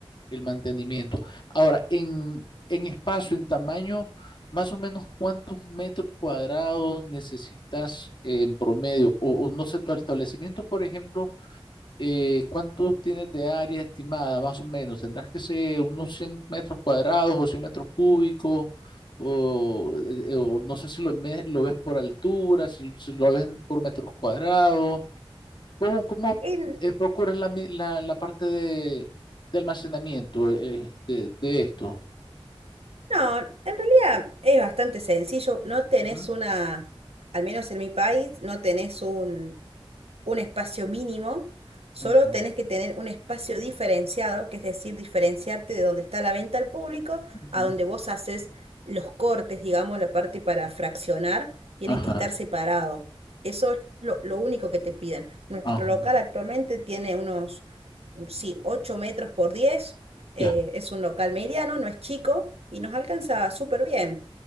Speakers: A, on the left; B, on the right.
A: el mantenimiento. Ahora, en, en espacio, en tamaño, más o menos cuántos metros cuadrados necesitas en promedio, o, o no sé, tu establecimiento, por ejemplo eh, ¿cuánto tienes de área estimada, más o menos? ¿Tendrás que ser unos 100 metros cuadrados o 100 metros cúbicos? O, eh, eh, o no sé si lo, me- lo ves por altura, si, si lo ves por metros cuadrados. ¿Cómo, cómo
B: En-
A: eh, procuras la, mi- la, la parte de, de almacenamiento eh, de, de esto?
B: no, en realidad es bastante sencillo. No tenés
A: Ujú,
B: una, al menos en mi país, no tenés un un espacio mínimo, solo
A: ujú,
B: tenés que tener un espacio diferenciado, que es decir, diferenciarte de donde está la venta al público
A: ujú.
B: a donde vos haces los cortes, digamos, la parte para fraccionar, tienen
A: Ajá,
B: que estar separado. Eso es lo, lo único que te piden. Nuestro
A: ajá,
B: local actualmente tiene unos, mm, sí, ocho metros por diez eh,
A: ya.
B: es un local mediano, no es chico y nos alcanza súper bien.